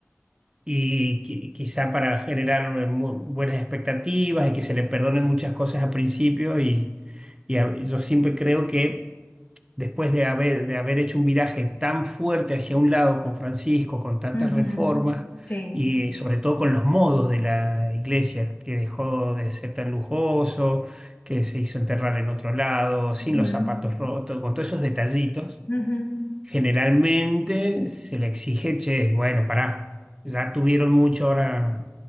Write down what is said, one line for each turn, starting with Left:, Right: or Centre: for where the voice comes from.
Right: y qui- quizá para generar mu- buenas expectativas y que se le perdonen muchas cosas al principio y, y a- yo siempre creo que después de haber, de haber hecho un viraje tan fuerte hacia un lado con Francisco, con tantas
Left: ujú,
Right: reformas
Left: Sí,
Right: y sobre todo con los modos de la iglesia, que dejó de ser tan lujoso, que se hizo enterrar en otro lado, sin
Left: Ujú,
Right: los zapatos rotos, con todos esos detallitos,
Left: ujú.
Right: generalmente se le exige, che, bueno, pará, ya tuvieron mucho, ahora